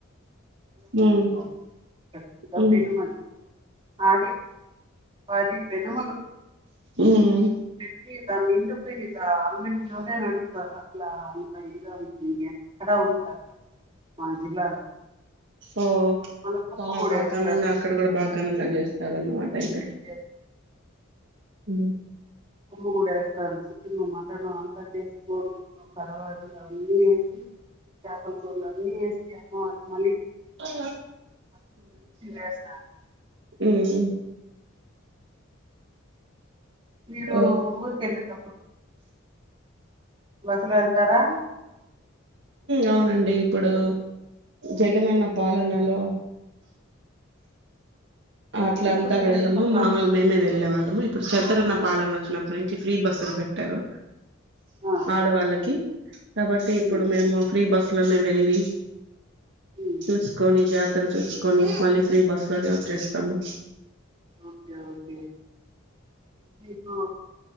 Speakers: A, on the right; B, on the right.
A: ఉమ్
B: చేస్తారు పెద్ద
A: ఉ
B: పెనుమది అది పది పెనుములు
A: ఉమ్
B: పెట్టి దానిమీద పోయి దా <unintelligible> లోనే నడుస్తారు అట్లా అంత ఇదిగా ఉంటుంది ఎక్కడ ఉండదు అట్లా మన జిల్లాలో
A: ఓ
B: మళ్ళీ కొమ్మ
A: చాలా
B: కూడా
A: బాగ
B: వేస్తారు
A: ఘనంగా అక్కడ కూడా బాగ ఘనంగా చేస్తారు అన్నమాట
B: ఉమ్,
A: అయితే
B: వేస్తారు
A: హుమ్
B: ఉప్పు కూడా వేస్తారు చికెను మటన్ అంత చేసి కోడుగుడ్డు తరువాత అన్నీ వేసి చేపల కూరలు అన్నీ వేసి అ మళ్ళి
A: హు
B: వేస్తారు
A: ఉమ్
B: మీరు
A: ఓ
B: ఊరికెళ్ళేట బస్సులో వెళ్తారా
A: అవునండి ఇప్పుడు జగనన్న పాలనలో అట్ల
B: ఇప్పుడు
A: అంతా
B: జగనన్న
A: వెళ్ళము
B: పాలన
A: మామూలు మేమే
B: లేదు
A: వెళ్ళే వాళ్ళము ఇప్పుడు చతరన్న పాలన వచ్చినప్పుటి నుం ఫ్రీ బస్సులు పెట్టారు
B: ఆ,
A: ఆడవాళ్ళకి కాబట్టి ఇప్పుడు
B: ఉమ్,
A: మేము ఫ్రీ బస్సు లోనే వెళ్ళి
B: ఉమ్,
A: చూసుకొని జాతర చూసుకొని మళ్ళీ ఫ్రీ బస్ లోనే వచ్చేస్ తమ
B: ఓకే ఓకే మీకు